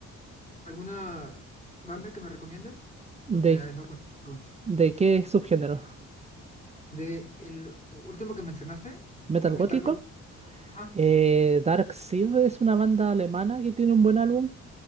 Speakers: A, on the left; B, on the right.
A: ¿Alguna banda que me recomiendes?
B: ¿De,
A: Porque ay, no conozco.
B: de qué subgénero?
A: De el último que mencionaste,
B: ¿Metal
A: Metal
B: gótico?
A: Gothic. Ajá.
B: Eh, Dark Seed es una banda alemana que tiene un buen álbum,